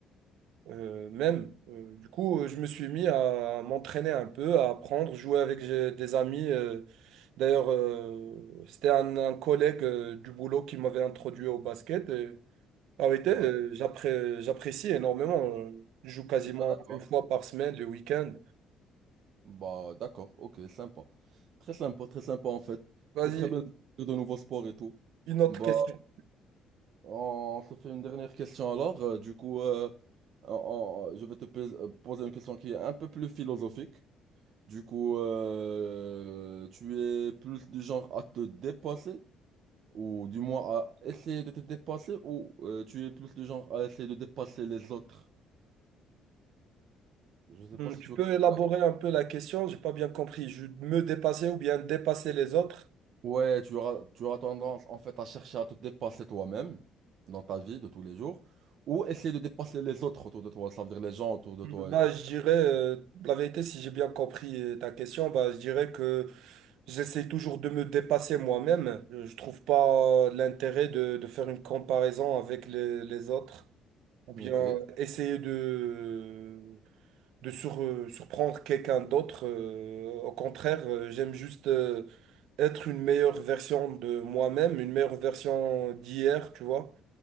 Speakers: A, on the right; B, on the right.
A: euh, même. Euh, du coup, euh, je me suis mis à m'entraîner un peu, à apprendre, jouer avec j'ai- des amis. euh, d'ailleurs, euh, c'était un, un collègue euh, du boulot qui m'avait introduit au basket. Ah oui,
B: Ouais.
A: euh, j'appré- j'apprécie énormément. Je joue quasiment
B: Bah, d'accord.
A: une fois par semaine, le week-end.
B: Bah, d'accord, ok, sympa. Très sympa, très sympa en fait.
A: Vas-y,
B: C'est très bien de découvrir de nouveaux sports et tout.
A: une autre
B: Bah,
A: question.
B: on se fait une dernière question alors. Euh, du coup, euh, on- on- je vais te pes- euh, poser une question qui est un peu plus philosophique. Du coup, euh, tu es plus du genre à te dépasser, ou du moins à essayer de te dépasser, ou euh, tu es plus du genre à essayer de dépasser les autres? Je sais
A: Hum,
B: pas si
A: Tu
B: tu veux
A: peux
B: comprendre
A: élaborer un peu la question? J'ai pas bien compris. Je me dépasser ou bien dépasser les autres?
B: Ouais, tu auras, tu auras tendance en fait à chercher à te dépasser toi-même dans ta vie de tous les jours ou essayer de dépasser les autres autour de toi, ça veut dire les gens autour de
A: Hum,
B: toi
A: Bah,
B: et tout.
A: je dirais, euh, la vérité, si j'ai bien compris euh, ta question, bah, je dirais que j'essaie toujours de me dépasser moi-même. Euh, Je trouve pas l'intérêt de, de faire une comparaison avec les, les autres ou bien
B: Ok,
A: essayer de de sur- euh, surprendre quelqu'un d'autre. euh, au contraire, euh, j'aime juste euh, être une meilleure version de moi-même, une meilleure version d'hier, tu vois.